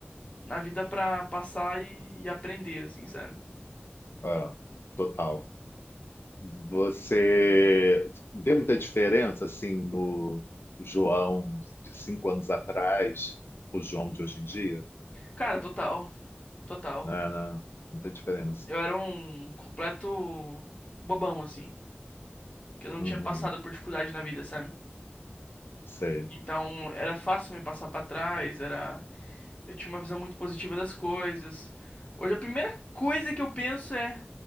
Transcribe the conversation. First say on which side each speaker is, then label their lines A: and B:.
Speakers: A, on the left; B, on the left.
A: na vida pra passar e, e aprender, assim, sabe?
B: Ah, total. Você vê muita diferença assim no João de cinco anos atrás, o João de hoje em dia?
A: Cara, total, total.
B: Não, não, muita diferença.
A: Eu era um completo bobão, assim, que eu não
B: Uhum.
A: tinha passado por dificuldade na vida, sabe?
B: Sei.
A: Então, era fácil me passar pra trás, era... Eu tinha uma visão muito positiva das coisas. Hoje, a primeira coisa que eu penso é,